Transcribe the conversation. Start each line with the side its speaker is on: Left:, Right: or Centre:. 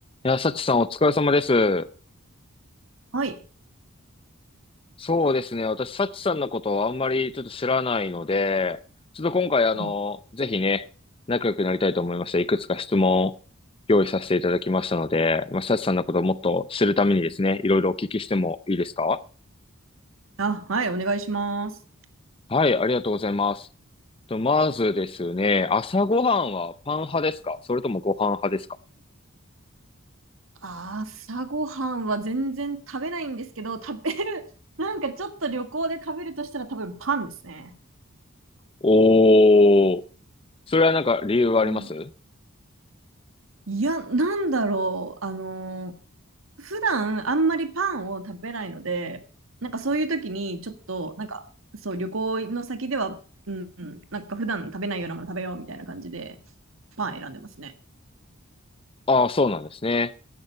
Left: いや、サチさんお疲れ様です。
Right: はい。
Left: そうですね。私、サチさんのことをあんまりちょっと知らないので、ちょっと今回、あの、
Right: うん
Left: ぜひね、仲良くなりたいと思いまして、いくつか質問を用意させていただきましたので、まあ、サチさんのことをもっと知るためにですね、いろいろお聞きしてもいいですか
Right: あ、はい、お願いします。
Left: はい、ありがとうございます。と、まずですね、朝ごはんはパン派ですかそれともご飯派ですか
Right: 朝ごはんは全然食べないんですけど、食べる、<laughs> なんかちょっと旅行で食べるとしたら多分パンですね。
Left: おー、それはなんか理由はありますうん。
Right: うん。いや、なんだろう。あのー普段あんまりパンを食べないので、なんかそういう時にちょっと、なんかそう、旅行の先では、うんうん、なんか普段食べないようなもの食べようみたいな感じで、パン選んでますね。
Left: ああ、そうなんですね。